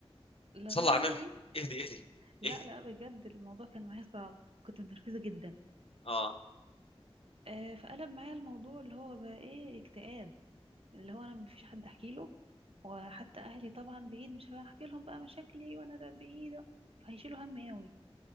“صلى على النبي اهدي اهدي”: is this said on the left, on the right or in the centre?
Left